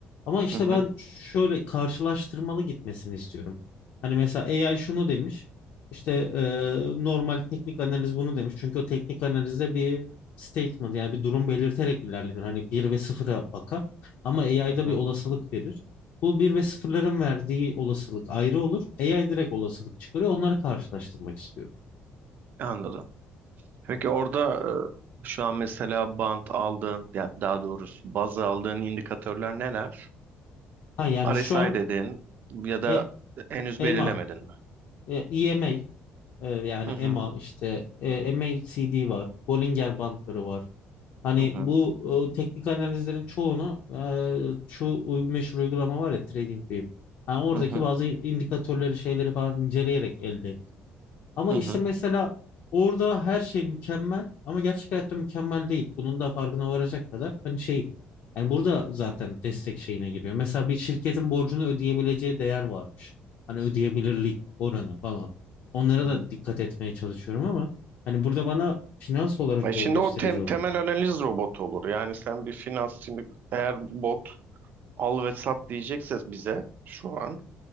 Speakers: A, on the left; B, on the right.
A: Ama işte
B: hı hı,
A: ben şöyle karşılaştırmalı gitmesini istiyorum. Hani mesela AI şunu demiş. işte e, normal teknik analiz bunu demiş. Çünkü o teknik analizde bir statement yani bir durum belirterek ilerlenir. Hani bir ve sıfıra bakar. Ama AI'da
B: hı
A: bir
B: hı.
A: olasılık verir. Bu bir ve sıfırların verdiği olasılık ayrı olur. AI direkt olasılık çıkarıyor. Onları karşılaştırmak istiyor.
B: Anladım. Peki orada e, şu an mesela bant aldığın ya daha doğrusu baz aldığın indikatörler neler?
A: Ha, yani
B: RSI
A: şu an
B: dedin ya da
A: e,
B: henüz
A: EMA,
B: belirlemedin mi?
A: e, EMA e, yani
B: Hı
A: EMA
B: hı,
A: işte e, MACD var. Bollinger bandları var. Hani
B: hı hı,
A: bu e, teknik analizlerin çoğunu e, şu uy- meşhur uygulama var ya TradingView. Yani oradaki
B: hı hı,
A: bazı indikatörleri şeyleri falan inceleyerek elde Ama
B: hı
A: işte
B: hı,
A: mesela orada her şey mükemmel ama gerçek hayatta mükemmel değil. Bunun da farkına varacak kadar hani şeyim. Yani burada zaten
B: hı hı.
A: destek şeyine giriyor. Mesela bir şirketin borcunu ödeyebileceği değer varmış. Hani ödeyebilirlik oranı falan. Onlara
B: Hı
A: da
B: hı.
A: dikkat etmeye çalışıyorum ama hani burada bana finans olarak
B: E şimdi
A: yol gösterici
B: o tem-
A: olması
B: temel
A: lazım.
B: analiz robotu olur. Yani sen bir finans şimdi eğer bot al ve sat diyecekse bize şu an